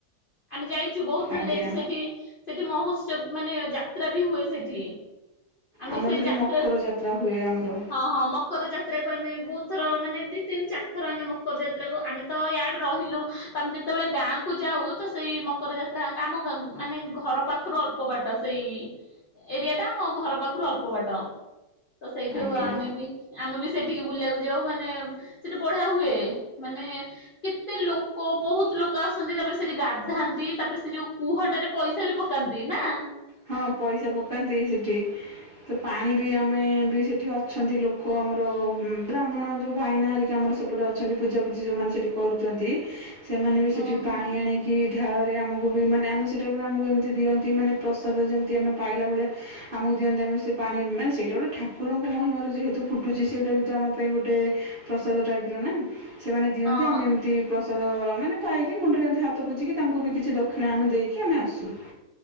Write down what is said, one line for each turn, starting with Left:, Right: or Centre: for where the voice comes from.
Left: ଆମେ ଯାଇଛୁ ବହୁତ ଥର
Right: ଆଜ୍ଞା
Left: ଯାଇଛୁ ସେଠି ସେଠି ମହୋତ୍ସବ। ମାନେ ଯାତ୍ରା ବି ହୁଏ ସେଠି। ଆମେ
Right: ଆମର
Left: ସେଇ
Right: ସେଠି
Left: ଯାତ୍ରା
Right: ମକର ଯାତ୍ରା ହୁଏ ଆମର
Left: ହଁ ହଁ ମ ମକର ଯାତ୍ରା କୁ ଆମେ ବହୁତ ଥର ମାନେ ଦୁଇ ତିନି ଚାରି ଥର ଆମେ ମକର ଯାତ୍ରାକୁ ଆମେ ତ ୟାଡେ ରହିଲୁ ତ ଆମେ ଯେତେବେଳେ ଗାଁ କୁ ଯାଉ, ତ ସେଇ ମକର ଯାତ୍ରା ହାଙ୍କା ଆମ ଗାଁ କୁ, ମାନେ ଘର ପାଖରୁ ଅଳ୍ପ ଅଳ୍ପ ବାଟ ସେଇ ଏରିଆ ଟା, ଆମ ଘର ପାଖରୁ ଅଳ୍ପ ବାଟ। ତ ସେଇଠୁ
Right: ଆଜ୍ଞା
Left: ଆମେ ବି ଆମେ ବି ସେଠିକି ବୁଲିବାକୁ ଯାଉ, ମାନେ ସେଠି ବଢିଆ ହୁଏ ମାନେ କେତେ ଲୋ କୋଉ ବହୁତ ଲୋକ ଆସନ୍ତି, ତାପରେ ସେଠି ଗାଧାନ୍ତି ତାପରେ ସେ ଯୋଉ କୁହଟାରେ ପଇସା ବି ପକାନ୍ତି ନା।
Right: ହଁ ପଇସା ପକାନ୍ତି ସେଠି। ସେ ପାଣିରେ ଆମେ ବି ସେଠି ଅଛନ୍ତି ଲୋକ, ଆମର ବ୍ରାହ୍ମଣ ଯୋଉ ଭାଇନା ହେରି ଆମର ସେପଟେ ଅଛନ୍ତି ପୂଜା ପୁଜିି ଯଉମାନେ ସେଠି କରୁଛନ୍ତି, ସେମାନେ ବି
Left: ହୁଁ
Right: ସେଠି ପାଣି
Left: ହୁଁ।
Right: ଆଣିକି କି ଢାଳରେ ଆମକୁ ବି ମାନେ ଆମେ ସେଇଟାଇ ଉପରେ ଆମକୁ ଏମିତି ଦିଅନ୍ତି, ମାନେ ପ୍ରସାଦ, ଯେମିତି ଆମେ ପାଇଲା ଭଳିଆ ଆମକୁ ଦିଅନ୍ତି, ଆମେ ସେ ପାଣି ମାନେ ସେଇଟା ଗୋଟେ ଠାକୁରଙ୍କ ମହିମା ରୁ ଯେହେତୁ ଫୁଟୁଚି, ସେଇଟା ବି ତ ଆମ ପାଇଁ ଗୋଟେ ପ୍ରସାଦ, ଟାଇପ ର ନା ସେମାନେ ଦିଅନ୍ତି
Left: ହଁ
Right: ଆମେ ଏମ ନୀତି ପ୍ରସାଦ ମାନେ ପାଇକି। ମୁଣ୍ଡରେ ଏମିତି ହାତ ପୋଛିିକି ତାଙ୍କୁ ବି କିଛି ଦକ୍ଷିଣା ଆମେ ଦେଇକି ଆମେ ଆସୁ।